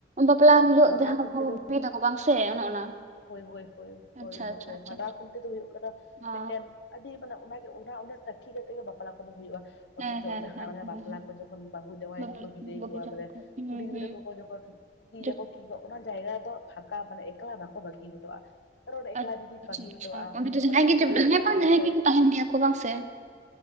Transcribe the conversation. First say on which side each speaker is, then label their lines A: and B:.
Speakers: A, on the right; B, on the left.
A: ᱵᱟᱯᱞᱟ ᱦᱤᱞᱳᱜ
B: ᱢᱟᱰᱣᱟ
A: ᱡᱟᱦᱟᱸ
B: ᱠᱷᱩᱱᱴᱤ
A: ᱠᱷᱚᱱ
B: ᱫᱚ
A: ᱵᱤᱫ ᱟᱠᱚ ᱵᱟᱝ ᱥᱮ ᱚᱱᱮ ᱚᱱᱟ?
B: ᱦᱳᱭ ᱦᱳᱭ ᱦᱳᱭ ᱦᱳᱭ
A: ᱟᱪᱪᱷᱟ
B: ᱦᱳᱭ
A: ᱟᱪᱪᱷᱟ ᱟᱪᱪᱷᱟ
B: ᱦᱳᱭ <inaudible> ᱠᱷᱩᱱᱴᱤ ᱫᱚ ᱦᱩᱭᱩᱜ ᱠᱟᱱᱟ
A: ᱚ
B: ᱢᱤᱫᱴᱮᱱ ᱟᱹᱰᱤ ᱢᱟᱱᱮ ᱚᱱᱟᱜᱮ ᱚᱱᱟ ᱚᱱᱟ ᱥᱟᱹᱠᱷᱤ ᱠᱟᱛᱮ ᱜᱮ ᱵᱟᱯᱞᱟ ᱠᱚᱫᱚ ᱦᱩᱭᱩᱜᱼᱟ᱾ ᱚᱛᱷᱚᱪᱚ
A: ᱦᱮᱸ ᱦᱮᱸ
B: ᱡᱟᱦᱟᱸᱭ
A: ᱦᱮᱸ
B: ᱚᱱᱟ ᱵᱟᱯᱞᱟ
A: ᱦᱮᱸ
B: ᱠᱚ ᱡᱚᱠᱷᱚᱱ ᱵᱟᱹᱦᱩ ᱡᱟᱶᱟᱭ
A: ᱵᱟᱯᱞᱟ
B: ᱠᱚᱠᱚ ᱵᱤᱫᱟᱹᱭ
A: ᱵᱟᱯᱞᱟ
B: ᱠᱚᱣᱟ
A: ᱡᱚᱢ
B: ᱵᱚᱞᱮ
A: ᱠᱚ ᱦᱩᱸ
B: ᱠᱩᱲᱤ ᱜᱤᱫᱽᱨᱟᱹ
A: ᱦᱩᱸ
B: ᱠᱚᱠᱚ ᱡᱚᱠᱷᱚᱱ ᱤᱫᱤᱭᱟᱠᱚ
A: ᱡᱚ-
B: ᱠᱤ ᱚᱱᱟ ᱡᱟᱭᱜᱟ ᱫᱚ ᱯᱷᱟᱸᱠᱟ ᱢᱟᱱᱮ ᱮᱠᱞᱟ ᱵᱟᱠᱚ ᱵᱟᱹᱜᱤ ᱦᱚᱴᱚᱼᱟ᱾ᱠᱟᱨᱚᱱ ᱮᱠᱞᱟ
A: ᱟᱪᱪᱷᱟ
B: ᱡᱩᱫᱤ ᱵᱟᱹᱜᱤ ᱦᱚᱴᱚᱼᱟ
A: ᱟᱪᱪᱷᱟ ᱚᱸᱰᱮ ᱫᱚ ᱡᱟᱦᱟᱸᱭ
B: ᱟᱹᱰᱤ
A: ᱜᱮ
B: ᱵᱷᱟᱹᱜᱤ
A: ᱡᱟᱦᱟᱸᱭ ᱵᱟᱝ
B: ᱟᱵᱚ
A: ᱡᱟᱦᱟᱸᱭ
B: ᱦᱚᱲ
A: ᱜᱮᱠᱚ ᱛᱟᱦᱮᱱ ᱜᱮᱭᱟ ᱠᱚ ᱵᱟᱝ ᱥᱮ ᱦᱮᱸ